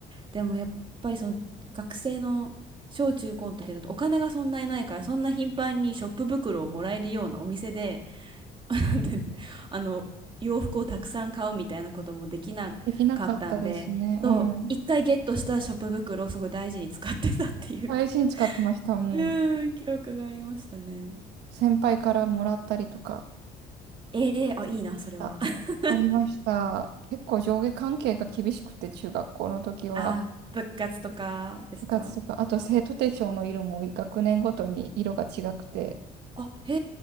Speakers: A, on the right (about 30°); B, on the right (about 85°).
A: でもやっぱりその学生の小中高の時だとお金がそんなにないから、そんな頻繁にショップ袋をもらえるようなお店で、<laughs> なんていうのあの洋服をたくさん買うみたいなこともできなかったんでそう一回ゲットしたショップ袋をすごい大事に使ってたっていう
B: できなかったですね。うん。大事に使ってました、
A: <laughs>
B: もう。
A: うーん、記憶がありましたね。
B: 先輩からもらったりとか。
A: ええあ、いいな、それは。
B: あ
A: <laughs>
B: ありました。結構上下関係が厳しくて、中学校の時は。
A: あ、部活とかですか
B: 部活とか、あと生徒手帳の色も学年ごとに色が違くて、
A: あ、へ